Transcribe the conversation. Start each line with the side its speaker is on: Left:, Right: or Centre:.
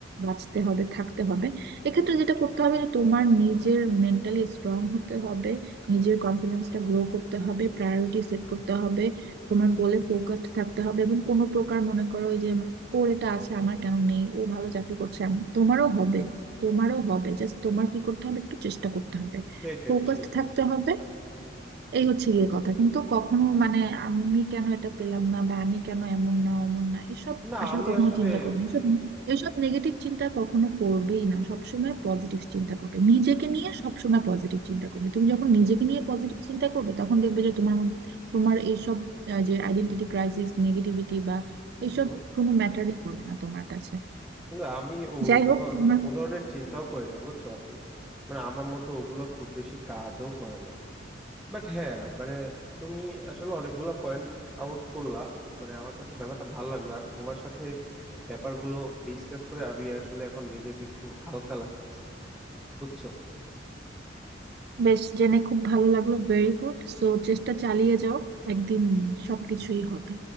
Right: বাঁচতে হবে থাকতে হবে এক্ষেত্রে যেটা করতে হবে যে তোমার নিজের মেন্টালি স্ট্রং হতে হবে নিজের কনফিডেন্সটা গ্রো করতে হবে প্রায়োরিটি সেট করতে হবে তোমার গোলে ফোকাসড থাকতে হবে এবং কোনো প্রকার মনে করো ওই যে ওর এটা আছে আমার কেন নেই ও ভালো চাকরি করছে আমি তোমারও হবে তোমারও হবে জাস্ট তোমার কি করতে হবে একটু চেষ্টা করতে হবে
Centre: সেটাই
Right: ফোকাসড
Centre: সেটাই
Right: থাকতে হবে এই হচ্ছে গিয়ে কথা কিন্তু কখনো মানে আমি কেন এটা পেলাম না বা আমি কেন এমন না অমন না এসব
Centre: না
Right: আসলে
Centre: আমি
Right: কখনো
Centre: আসলে
Right: চিন্তা করবে এইসব এইসব নেগেটিভ চিন্তা কখনো করবেই না সবসময় পজিটিভ চিন্তা করবে নিজেকে নিয়ে সবসময় পজিটিভ চিন্তা করবে তুমি যখন নিজেকে নিয়ে পজিটিভ চিন্তা করবে তখন দেখবে যে তোমার মধ্যে- তোমার এইসব আহ, যে আইডেন্টিটি ক্রাইসিস নেগেটিভিটি বা
Centre: হুম
Right: এইসব
Centre: হুম
Right: কোনো ম্যাটারই করবে না তোমার কাছে
Centre: না আমি ও
Right: যাই হোক
Centre: উদাহরণ
Right: তোমার
Centre: উদাহরণের চিন্তাও করি না বুঝছো আপু মানে আমার মধ্যে ওগুলো খুব বেশি কাজও করে না বাট হ্যাঁ মানে তুমি আসলে অনেকগুলা পয়েন্ট আউট করলা মানে আমার কাছে ব্যাপারটা ভালো লাগলো আর তোমার সাথে ব্যাপারগুলো ডিসকাস করে আমি আসলে এখন নিজেকে একটু হালকা লাগতেছে বুঝছো
Right: বেশ জেনে খুব ভালো লাগলো Very good সো চেষ্টা চালিয়ে যাও একদিন সবকিছুই হবে